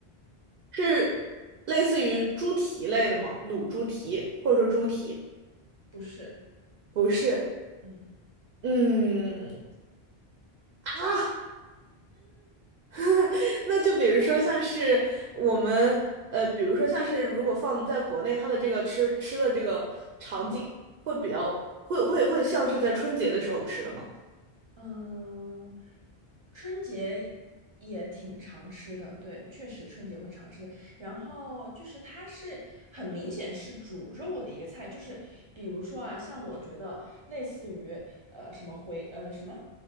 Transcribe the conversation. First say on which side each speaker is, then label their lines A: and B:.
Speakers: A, on the right (about 65°); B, on the right (about 30°).
A: 是类似于猪蹄类的吗？卤猪蹄或者说猪蹄，
B: 不是
A: 不是，
B: 不是，嗯
A: 嗯啊，<laughs> 那就比如说像是我们呃，比如说像是如果放在国内，它的这个吃吃的这个场景会比较会会会像是在春节的时候吃的吗？
B: 嗯。嗯，春节也挺常吃的，对，确实春节会常吃。然后就是它是很明显是煮肉的一个菜，就是比如说啊，像我觉得类似于呃什么回呃什么